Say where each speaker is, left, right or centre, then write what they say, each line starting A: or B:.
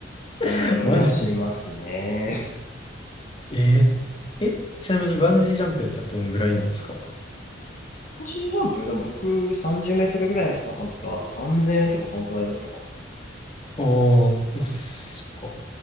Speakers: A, on the left (about 45°); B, on the left (about 30°).
A: うーん、
B: <laughs> マジか。
A: はしますね。
B: えーえ、ちなみにバンジージャンプやったらどんぐらいなんですか
A: <laughs> チンジーャンプ、でも僕30メートルぐらいの高さの時は3000円とかそんくらいだったかな。
B: ああー、まあ、そっか。